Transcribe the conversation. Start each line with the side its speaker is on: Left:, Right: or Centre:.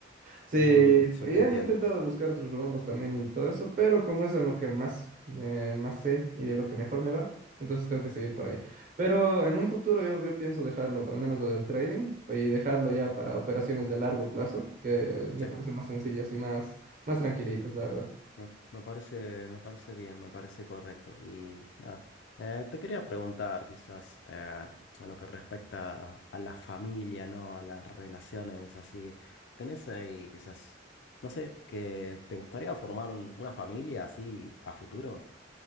Right: Sí,
Left: Mm,
Right: y
Left: sí, entiendo.
Right: he intentado buscar otros rombos también y todo eso, pero como es en lo que más, eh, más sé y de lo que mejor me va, entonces tengo que seguir por ahí. Pero en un futuro yo, yo pienso dejarlo, al menos lo del trading, y dejarlo ya para operaciones de largo plazo, que eh, me
Left: sí
Right: parecen más sencillas y más, más tranquilitas, la verdad.
Left: Me, me parece, me parece bien, me parece correcto. Y nada, eh, te quería preguntar quizás eh, en lo que respecta a, a la familia, ¿no? A las relaciones así. ¿Tenés ahí quizás, no sé, que te gustaría formar un- una familia así a futuro?